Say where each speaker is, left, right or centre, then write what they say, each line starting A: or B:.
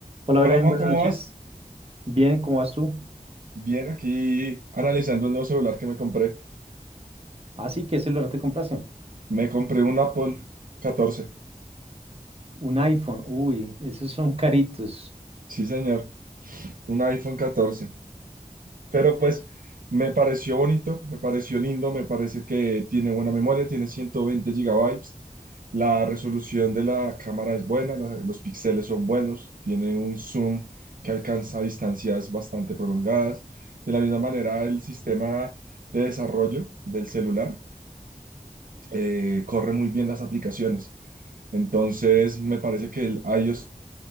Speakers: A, on the right; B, on the right.
A: Hola,
B: Hola
A: Brian,
B: Juan,
A: buenas
B: ¿cómo
A: noches.
B: vas?
A: Bien, ¿cómo vas tú?
B: Bien, aquí analizando el nuevo celular que me compré.
A: Así que celular te compraste?
B: Me compré un Apple catorce,
A: Un iPhone. Uy, esos son caritos.
B: Sí, señor, un iPhone 14. Pero pues me pareció bonito, me pareció lindo, me parece que tiene buena memoria, tiene 120 gigabytes. La resolución de la cámara es buena, la- los píxeles son buenos, tiene un zoom que alcanza distancias bastante prolongadas. De la misma manera, el sistema de desarrollo del celular eh, corre muy bien las aplicaciones. Entonces, me parece que el iOS